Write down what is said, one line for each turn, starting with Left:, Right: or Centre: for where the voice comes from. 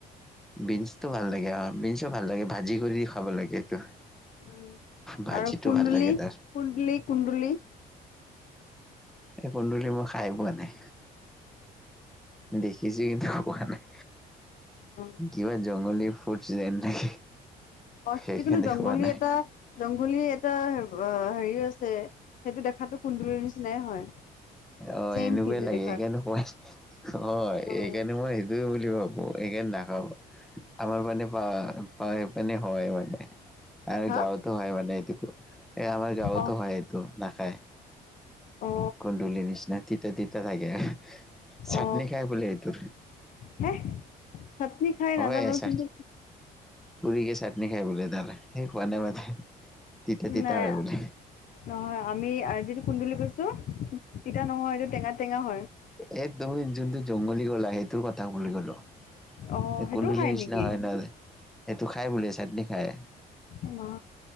Centre: বিনচ টো ভাল লাগে আৰু বিনচ টো ভাল লাগে ভাজি কৰি দি খাব লাগে এইটো।
Left: উম
Centre: ভাজিটো
Left: আৰু কুন্দুলি
Centre: ভাল লাগে তাৰ
Left: কুন্দলি কুন্দুলি
Centre: এই কুন্দুলি মই খাই পোৱা নাই দেখিছোঁ কিন্তু খোৱা নাই।
Left: উম।
Centre: কিবা জংঘলী ফুড যেন লাগে।
Left: অ সেইটো
Centre: সেইকাৰণে
Left: কিন্তু জংঘলী
Centre: খোৱা নাই
Left: এটা জংঘলী এটা হেৰি আছে সেইটো দেখাতো কুন্দুলিৰ নিচিনাই হয়।
Centre: অ
Left: ছেম
Centre: এনেকুৱাইে
Left: কিন্তু
Centre: লাগে
Left: দেখাত
Centre: সেইকাৰণে কোৱা অ
Left: অ'
Centre: এইকাৰণে মই জংগলী বুলি ভাবো সেইকাৰণে নাখাওঁ মই। আমাৰ পিনে পাহাৰৰ পাই পিনে হয় মানে। আৰু
Left: হা
Centre: গাঁৱতো হয় মানে এইটো এই আমাৰ গাঁৱতো
Left: অ
Centre: হয় এইটো নাখায়।
Left: অ
Centre: কুন্দুলীৰ নিচিনা তিতা তিতা থাকে। চাটনি
Left: অ
Centre: খাই বোলে এইটোৰ।
Left: হে চাটনি খাই
Centre: হয়
Left: নাজানো।
Centre: চাট
Left: কিন্তু
Centre: পুৰিকে চাটনি খায় বোলে তাৰ সেই খোৱা নাই মানে তিতা তিতা
Left: নাই
Centre: হয় বোলে।
Left: নহয় আমি যিটো কুন্দুলি কৈছোঁ তিতা নহয় এইটো টেঙা টেঙা হয়।
Centre: এই তুমি যোনটো জংগলী কলা সেই টোৰ কথা বুলি কলোঁ
Left: অ
Centre: এই
Left: সেইটোও
Centre: কুন্দুলীৰ
Left: খাই
Centre: নিচিনা
Left: নেকি
Centre: হয় ন। সেইটো খাই বোলে চাটনি খায়।
Left: অ মাঁ।